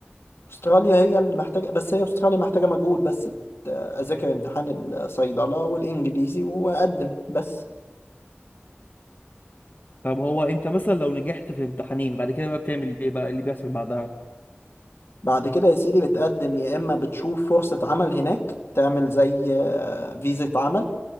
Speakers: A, on the left; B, on the left.
A: استراليا هي اللي محتاجه بس هي استراليا محتاجه مجهود بس ت- اذاكر امتحان الصيدله والانجليزي واقدم بس
B: طب هو انت مثلا لو نجحت في الامتحانين بعد كده بقى بتعمل ايه بقى اللي بيحصل بعدها
A: بعد كده يا سيدي بتقدم يا اما بتشوف فرصه عمل هناك تعمل زي آه، فيزا عمل